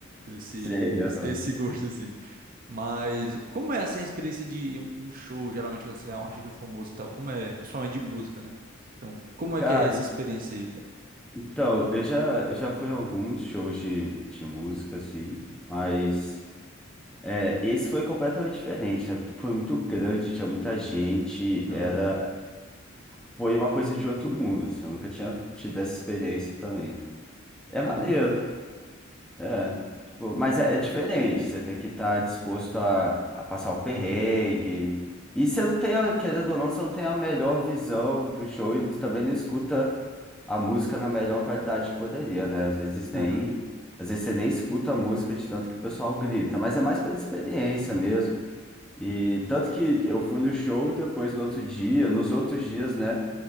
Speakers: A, on the right; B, in the centre.
A: esse,
B: Sei,
A: esse
B: aham.
A: esse gosto, assim. Mas como é, assim, a experiência de um, um show, geralmente, quando você é um artista famoso e tal? Como é, principalmente de música, né? Então, como é
B: Cara,
A: que é essa experiência aí, cara?
B: Então, eu já, já fui em alguns shows de, de música, assim, mas é, esse foi completamente diferente, né? Porque foi muito grande, tinha muita gente,
A: Aham.
B: era, foi uma coisa de outro mundo, assim, eu nunca tinha tido essa experiência também. É
A: Caramba,
B: maneiro,
A: que foda.
B: é, tipo, mas é, é diferente, você tem que estar disposto a, a passar o perrengue. E você não tem, a- querendo ou não, você não tem a melhor visão do show e também não escuta a música na melhor qualidade que poderia, né? Às vezes nem,
A: Aham.
B: às vezes você nem escuta a música de tanto que o pessoal grita, mas é mais pela experiência mesmo. E tanto que eu fui no show depois no outro dia, nos outros dias, né?